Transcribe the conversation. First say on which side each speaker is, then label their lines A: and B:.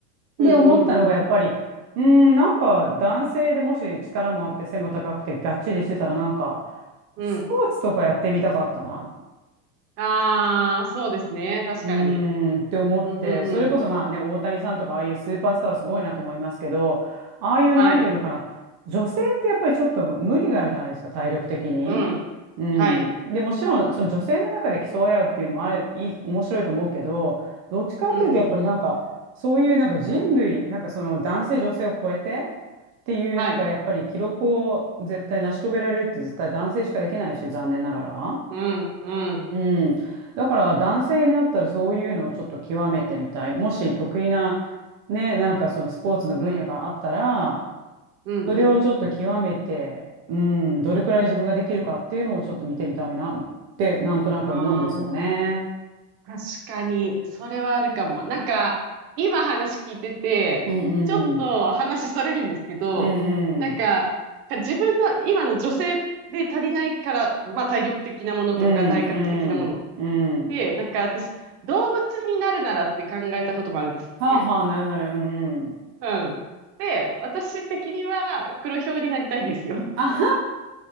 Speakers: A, on the right; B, on the right.
A: うんうんうん。
B: で、思ったのがやっぱり、うーん、なんか男性でもし力もあって背も高くてがっちりしてたらなんか、
A: うん。
B: スポーツとかやってみたかったな。
A: ああ、そうですね。確かに。
B: うーんって思って、
A: うん、うん、
B: それこそまあね、
A: うん。
B: 大谷さんとかああいうスーパースターはすごいなと思いますけど、ああいうなんていうのかな、
A: はい。
B: 女性ってやっぱりちょっと無理があるじゃないですか、体力的に。
A: うん。
B: うん。
A: はい。
B: で、もちろんその女性の中で競い合うっていうのもある、いい、面白いと思うけど、どっちかっていうとやっぱりなんか、
A: うん、うん。
B: そういうなんか人類、なんかその男性女性を超えて、っていうなんかやっぱり記録を絶対成し遂げられるって絶対男性しかできないし残念ながら。
A: はい。うん、うん、
B: うん。だから男性になったらそういうのをちょっと極めてみたい。もし得意な、ね、なんかそのスポーツの分野があったら、
A: うん、うん、
B: それをちょっと極めて、うん、どれくらい自分ができるかっていうのをちょっと見てみたいなって、なんとなく思うんですよね。
A: うん。ああ、確かに、それはあるかも。なんか、今話聞いてて、
B: うんうん。
A: ちょっと話それるんですけど、
B: うんうん。
A: なんか、自分の今の女性で足りないから、まあ体力的なものとか体格的なもの
B: うんうん。うん。
A: で、なんか私、動物になるならって考えたこともあるんですね。
B: はあはあ、なるなる。うんうん。
A: うん。で、私的には黒豹になりたいんですよ。
B: あはは